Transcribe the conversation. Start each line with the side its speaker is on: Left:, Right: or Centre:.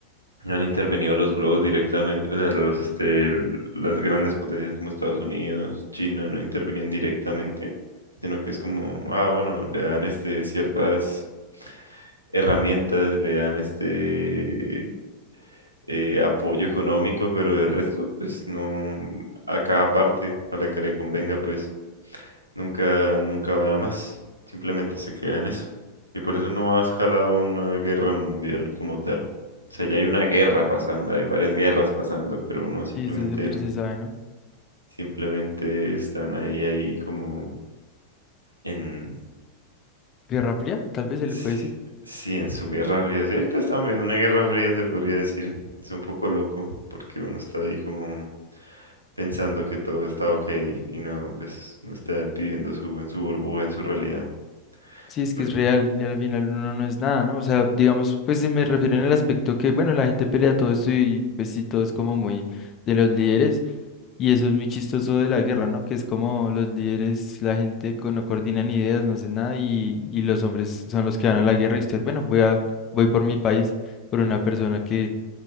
Right: No han intervenido los globos directamente, o sea, los, este, l- las grandes potencias como Estados Unidos, China, no intervienen directamente, sino que es como, ah, bueno, le dan este, ciertas herramientas, le dan este eh, apoyo económico, pero de resto, pues no a cada parte a la que le convenga, pues. Nunca, nunca van a más. Simplemente se queda en eso. Y por eso no ha escalado una guerra mundial como tal. O sea, ya hay una guerra pasando, hay varias guerras pasando, pero uno simplemente,
Left: Sí, eso siempre se sabe, ¿no?
Right: simplemente están ahí, ahí como en,
Left: Guerra Fría, tal vez se
Right: sí,
Left: le puede decir.
Right: sí, en su guerra fría. Sí, ahorita estamos viendo una guerra fría, se podría decir. Es un poco loco, porque uno está ahí como pensando que todo está ok y no, pues no está viviendo su, en su burbuja, en su realidad.
Left: Sí, es
Right: Pues,
Left: que es real y al final uno no es nada, ¿no? O sea, digamos, pues se me refiero en el aspecto que, bueno, la gente pelea todo esto y pues sí, todo es como muy de los líderes y eso es muy chistoso de la guerra, ¿no? Que es como los líderes, la gente co- no coordinan ideas, no hacen nada y, y los hombres son los que van a la guerra y usted, bueno, voy a, voy por mi país, por una persona que,